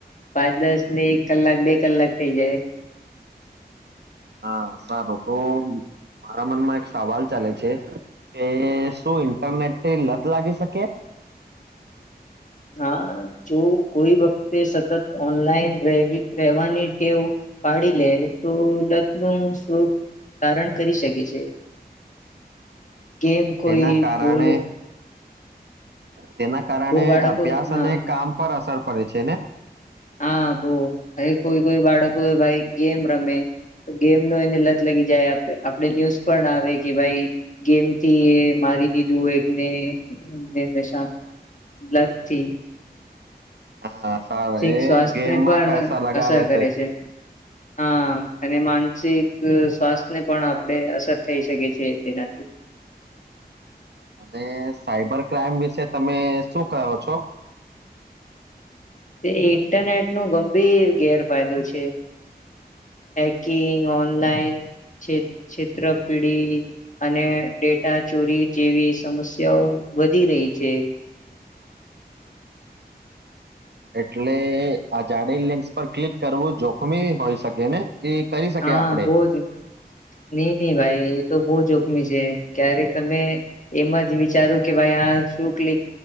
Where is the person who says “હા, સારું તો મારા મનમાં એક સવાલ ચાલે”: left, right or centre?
Right